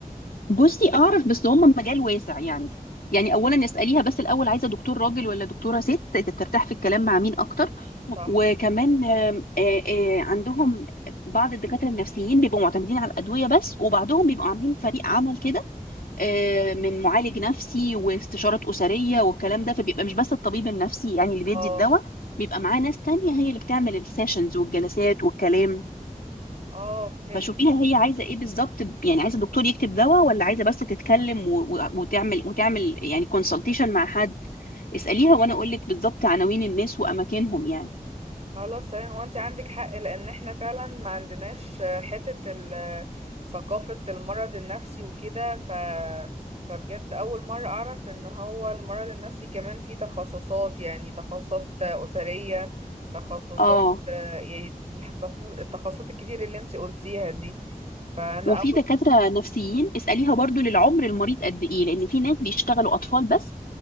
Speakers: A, on the left; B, on the right.
A: بصي اعرف بس هم مجال واسع يعني يعني اولا اساليها بس الاول عايزه دكتور راجل ولا دكتوره ست ترتاح في الكلام مع مين اكتر
B: صح
A: وكمان آم، آه، آه، عندهم بعض الدكاتره النفسيين بيبقوا معتمدين على الادويه بس وبعضهم بيبقوا عاملين فريق عمل كده آه،
B: مم.
A: من معالج نفسي واستشارات اسريه والكلام ده فبيبقى مش بس الطبيب النفسي يعني اللي بيدي
B: اه
A: الدواء بيبقى معاه ناس تانية هي اللي بتعمل السيشنز والجلسات والكلام
B: اه فهمت
A: فشوفيها هي عايزه ايه بالظبط يعني عايزه الدكتور يكتب دواء ولا عايزه بس تتكلم و... و... وتعمل وتعمل يعني كونسلتيشن مع حد اساليها وانا اقول لك بالظبط عناوين الناس واماكنهم يعني
B: خلاص تمام هو انت عندك حق لان احنا فعلا ما عندناش آه، حتة ال- ثقافة المرض النفسي وكده ف فبجد اول مرة اعرف ان هو المرض النفسي كمان فيه تخصصات يعني تخصصات اسرية تخصصات
A: اه
B: آه، يعني التخصص- التخصصات الكتير اللي انت قلتيها دي فانا
A: وفي
B: اول
A: دكاتره نفسيين اساليها برضو للعمر المريض قد ايه لان في ناس بيشتغلوا اطفال بس